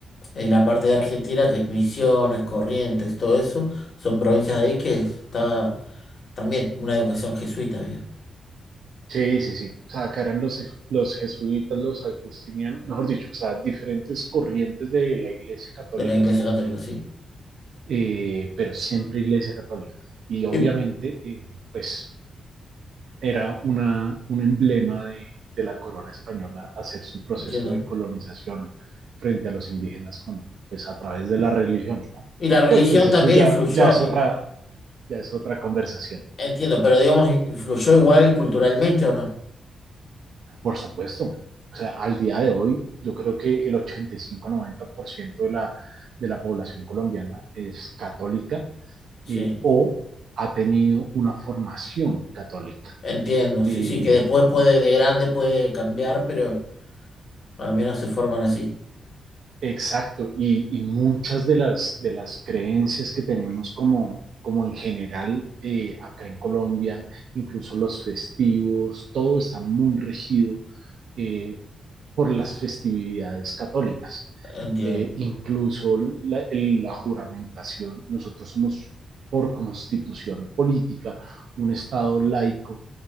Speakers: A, on the left; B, on the right.
A: en la parte de Argentina, que es Misiones, Corrientes, todo eso, son provincias de ahí que está también una educación jesuita había,
B: Sí, sí, sí. O sea, que eran los, je- los jesuitas, los agustinianos, mejor dicho, o sea, diferentes corrientes de la Iglesia Católica,
A: de la Iglesia Católica, sí.
B: eh, pero siempre Iglesia Católica. Y obviamente,
A: Y,
B: eh, pues, era una, un emblema de, de la corona española hacer su proceso
A: ¿entiendes?
B: de colonización frente a los indígenas con, pues, a través de la religión, ¿no?
A: Y la religión
B: Pero pues eso
A: también
B: ya,
A: influyó,
B: ya es otra,
A: i-
B: ya es otra conversación.
A: entiendo, pero digamos, i- influyó igual culturalmente o no.
B: Por supuesto. O sea, al día de hoy, yo creo que el ochenta y cinco noventa por ciento de la, de la población colombiana es católica
A: Sí,
B: eh, o ha tenido una formación católica.
A: entiendo,
B: Eh,
A: sí, sí, que después puede, de grande puede cambiar, pero al menos se forman así.
B: Exacto, y, y muchas de las, de las creencias que tenemos como, como en general eh, acá en Colombia, incluso los festivos, todo está muy regido eh, por las festividades católicas.
A: Entiendo,
B: Eh, incluso la, el- la juramentación, nosotros somos por constitución política un Estado laico